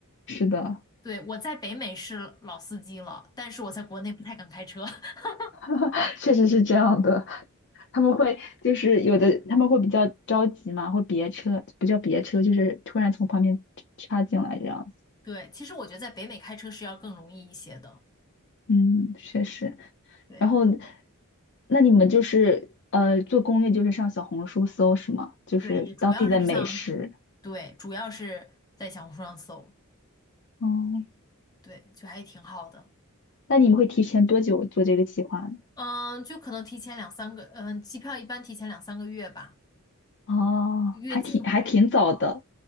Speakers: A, on the left; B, on the left.
A: 是的，
B: 对，我在北美是老司机了，但是我在国内不太敢开车。<laughs>
A: <laughs> 确实是这样的。他们会就是有的，他们会比较着急嘛，会别车，不叫别车，就是突然从旁边插进来这样。
B: 对，其实我觉得在北美开车是要更容易一些的。
A: 嗯，确实。
B: 对，
A: 然后，那你们就是呃做攻略，就是上小红书搜是吗？就是当地的美食。
B: 对，也主要是像 <laughs>，对，主要是在小红书上搜，
A: 哦，
B: 对，就还挺好的。
A: 那你们会提前多久做这个计划呢？
B: 嗯，就可能提前两三个，嗯，机票一般提前两三个月吧，
A: 哦，
B: 越近会越贵
A: 还挺还挺早的。